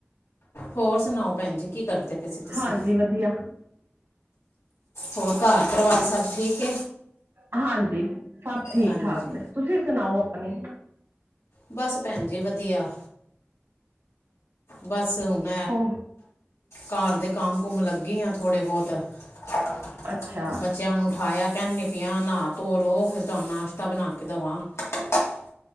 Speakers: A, on the left (about 85°); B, on the right (about 70°).
A: ਹੋਰ ਸੁਣਾਓ ਭੈਣ ਜੀ ਕੀ ਕਰਦੇ ਪਏ ਸੀ ਤੁਸੀਂ।
B: ਹਾਂਜੀ ਵਧੀਆ
A: ਹੋਰ ਘਰ- ਪਰਿਵਾਰ ਸਭ ਠੀਕ।
B: ਹਾਂਜੀ। ਸਭ ਠੀਕ
A: ਹਾਂਜੀ
B: -ਠਾਕ ਨੇ। ਤੁਸੀਂ ਸੁਣਾਓ ਆਪਣੀ।
A: ਬਸ, ਭੈਣ ਜੀ ਵਧੀਆ। ਬਸ ਉਹਨ
B: ਹੋ
A: ਘਰ ਦੇ ਕੰਮ- ਕੁਮ ਲੱਗੀ ਆ ਥੋੜੇ- ਬਹੁਤ। ਅ, ਡ, ਅ।
B: ਅੱਛਾ
A: <inaudible> ਬੱਚਿਆਂ ਨੂੰ ਉਠਾਇਆ। ਕਹਿੰਦੀ ਪਾਈ ਨਾ, ਨਹਾ ਧੋ ਲਓ। ਫੇਰ ਤੁਹਾਨੂੰ ਨਾਸ਼ਤਾ ਬਣਾ ਕੇ ਦਵਾਂ। ਸ, ਟ। <unintelligible>